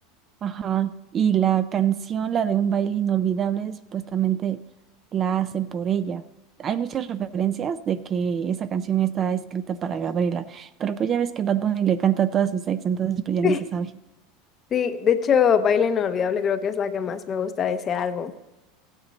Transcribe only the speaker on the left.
<laughs>
Sí, de hecho, Baile Inolvidable creo que es la que más me gusta de ese álbum.